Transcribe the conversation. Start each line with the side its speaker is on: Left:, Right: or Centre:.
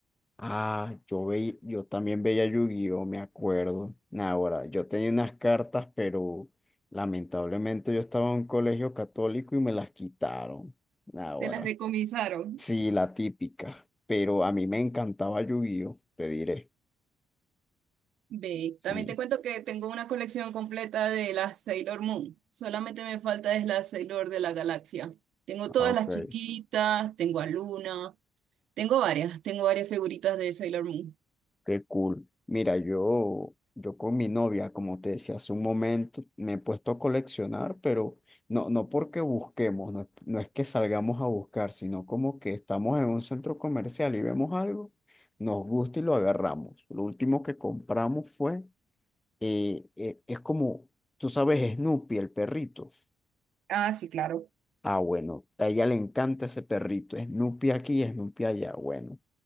Left: Ah, yo veí- yo también veía Yu-Gi-Oh, me acuerdo. Nah, Ahora, yo tenía unas cartas, pero lamentablemente yo estaba en un colegio católico y me las quitaron. Nah, Ahora,
Right: Te las decomisaron.
Left: sí, la típica. Pero a mí me encantaba Yu-Gi-Oh, te diré.
Right: Ve,
Left: Sí.
Right: también te cuento que tengo una colección completa de las Sailor Moon. Solamente me falta es la Sailor de la Galaxia. Tengo todas
Left: Ah, ok.
Right: las chiquitas, tengo a Luna, tengo varias, tengo varias figuritas de Sailor Moon.
Left: Qué cool. Mira, yo, yo con mi novia, como te decía hace un momento, me he puesto a coleccionar, pero no, no porque busquemos, no, no es que salgamos a buscar, sino como que estamos en un centro comercial y vemos algo, nos gusta y lo agarramos. Lo último que compramos fue, eh, eh, es como, tú sabes, Snoopy, el perrito.
Right: Ah, sí, claro.
Left: Ah, bueno, a ella le encanta ese perrito, Snoopy aquí, Snoopy allá, bueno